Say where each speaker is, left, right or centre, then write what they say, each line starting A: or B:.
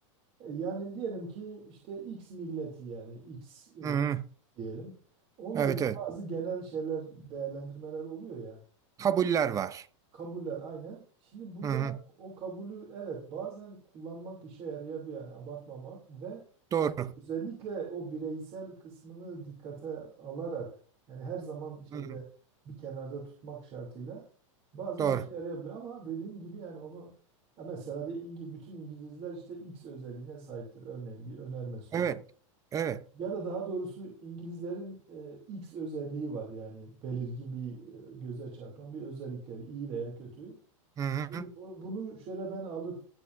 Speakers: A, on the right; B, on the right.
A: E, Yani diyelim ki işte X milleti yani X e,
B: hı, hı.
A: diyelim. Onunla
B: Evet
A: ilgili
B: evet.
A: bazı genel şeyler değerlendirmeler oluyor ya.
B: Kabuller var.
A: Kabuller aynen. Şimdi burada
B: Hı, hı.
A: o kabulü evet bazen kullanmak işe yarayabiliyor yani abartmamak ve
B: Doğru.
A: özellikle o bireysel kısmını dikkate alarak yani her zaman şeyde
B: Hı.
A: bir kenarda tutmak şartıyla bazen
B: Doğru.
A: işe yarayabiliyor ama dediğim gibi yani onu ya mesela de İngil, bütün İngilizler işte X özelliğine sahiptir örneğin bir önerme söyleyeyim.
B: Evet. Evet.
A: Ya da daha doğrusu İngilizlerin e, X özelliği var yani belirgin bir e, göze çarpan bir özellikleri iyi veya kötü.
B: Hı-hı.
A: Şimdi bu- bunu şöyle ben alıp